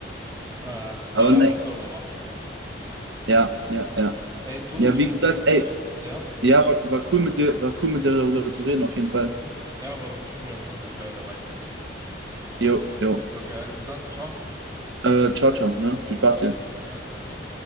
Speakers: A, on the right; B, on the right.
A: Naja, egal,
B: Aber ne,
A: was soll man machen, ne?
B: ja, ja,
A: Ja.
B: ja.
A: Ey, du,
B: Ja,
A: ich
B: wie
A: muss.
B: gesagt, ey,
A: Ja?
B: ja, war, war cool mit dir, war cool mit dir darüber zu reden, auf jeden Fall.
A: Mhm. Ja, war wirklich cool, aber ich muss leider weitergehen.
B: Jo,
A: Ja.
B: jo.
A: Okay, also dann, ciao.
B: Äh, ciao, ciao, ne? Viel Spaß dir.
A: Ja, danke.